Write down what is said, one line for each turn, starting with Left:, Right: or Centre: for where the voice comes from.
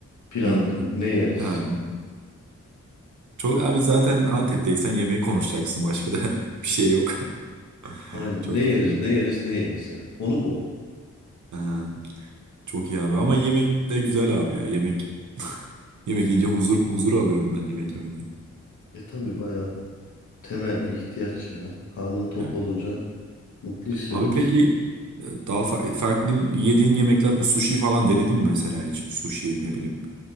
Left: Planını.
Right: Hı, hı.
Left: Ne yeriz?
Right: Ha. Çok abi zaten Antep'teysen yemeği konuşacaksın. Başka da <laughs> bir şey yok. <laughs>
Left: Aynen.
Right: Çok
Left: Ne
Right: fazla
Left: yeriz,
Right: yok.
Left: ne yeriz, ne yeriz yani. Konu bu.
Right: Ha, çok iyi abi ama yemek de güzel abi ya. Yemek <laughs> yemek yiyince huzur huzur alıyorum ben yemek yemekten.
Left: E tabii bayağı temel bir ihtiyaç ya. Karnın tok
Right: Evet.
Left: olunca mutlu hissediyorsun.
Right: Abi peki e, daha fa- farklı yediğin yemekler bu sushi falan denedin mi mesela hiç? Sushi ne bileyim.